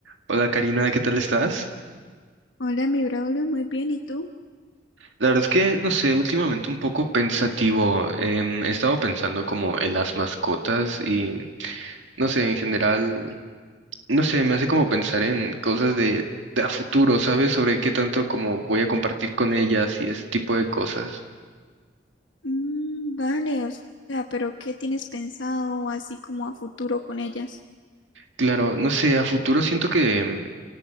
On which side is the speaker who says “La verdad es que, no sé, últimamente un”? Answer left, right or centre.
Right